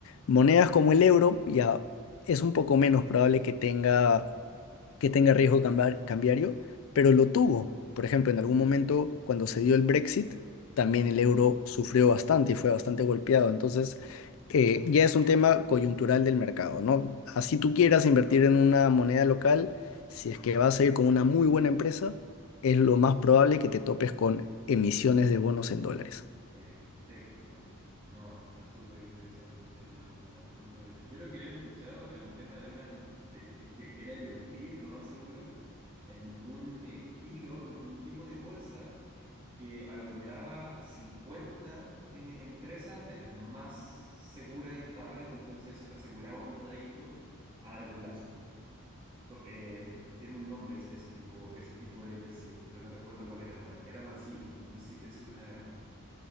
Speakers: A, on the left; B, on the right.
A: monedas como el euro ya es un poco menos probable que tenga que tenga riesgo cambar- cambiario, pero lo tuvo. Por ejemplo, en algún momento cuando se dio el Brexit, también
B: Ok.
A: el euro sufrió bastante y fue bastante golpeado. Entonces, eh, ya es un tema coyuntural del mercado, ¿no? Así tú quieras invertir en una moneda local, si es que vas a ir con una muy buena empresa, es lo más probable que te topes con emisiones de bonos en dólares.
B: Perfecto. No, está súper interesante el tema de los bonos. Nunca lo había- Yo lo que había escuchado era un tema de unas em- de- de que era invertir, lo más seguro, en un estilo, en un un tipo de bolsa que aglomeraba 50 eh, empresas de las más seguras y estables, entonces eso te aseguraba un rédito a largo plazo. Co- eh, tiene un nombre ese, ese tipo, ese tipo de inversiones, pero no recuerdo cuál era ahora. Era una sigla, no sé si te suena de algo.